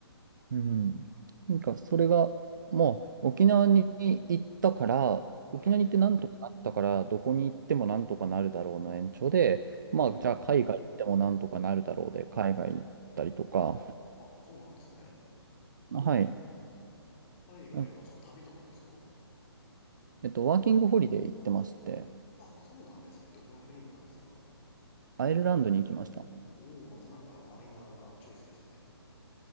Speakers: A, on the right; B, on the left.
A: うん。なんかそれがもう沖縄に行ったから、
B: はい。
A: 沖縄に行ってなんとかなったから、どこに行ってもなんとかなるだろうの延長で、まあじゃあ海外行ってもなんとかなるだろうで、
B: うん、うん、う
A: 海外行ったりとか、
B: ん。あ、そうなんですね。
A: はい。
B: 海外はその旅とかですか
A: なんかえっと、ワーキングホリデー行ってまして、
B: あ、そうなんですね。どこの国行ったんですか
A: アイルランドに行きました。
B: おおー、またなんかマイナーなチョイスですね。